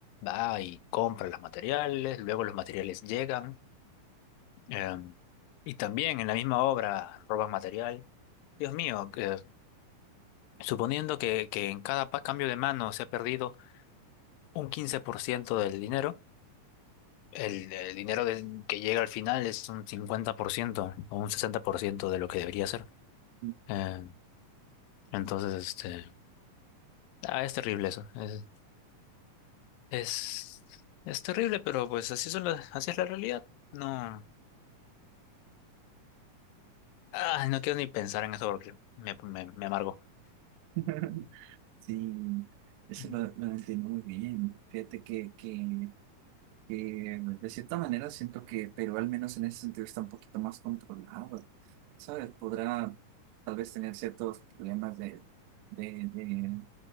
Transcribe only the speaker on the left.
va y compra los materiales, luego los materiales llegan, eh, y también en la misma obra roban material. Dios mío, eh, Suponiendo que, que en cada pa- cambio de mano se ha perdido un 15% del dinero, el, el dinero del- que llega al final es un 50% o un 60% de lo que debería ser.
Eh, entonces, este, ah, es terrible eso. Es, es, es terrible, pero pues así son las, así es la realidad. No, ah, no quiero ni pensar en eso porque me, me, me amargo.
Mm.